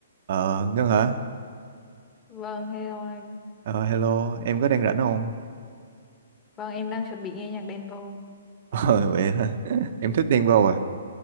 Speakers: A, on the right; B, on the left.
A: Ờ, Ngân hả?
B: Vâng, hello anh.
A: Ờ, hello, em có đang rảnh không?
B: Vâng, em đang chuẩn bị nghe nhạc đen vô.
A: <laughs> Ờ, vậy hả? <laughs> Em thích Đen Vâu à?